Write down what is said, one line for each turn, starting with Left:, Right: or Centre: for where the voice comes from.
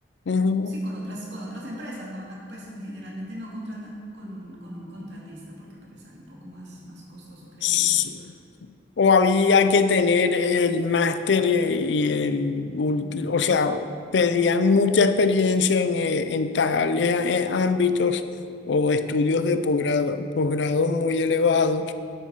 Left: Ujú.
Right: sí, con otras, con otras empresas, no van a, pues generalmente no contratan con un, con un contratista porque pues, les sale un poco más, más costoso, creería
Left: Sí.
Right: yo.
Left: O había que tener el máster eh, y el, ulti- o sea, pedían mucha experiencia en, eh, en tales eh, ámbitos o estudios de posgrado, posgrado muy elevados.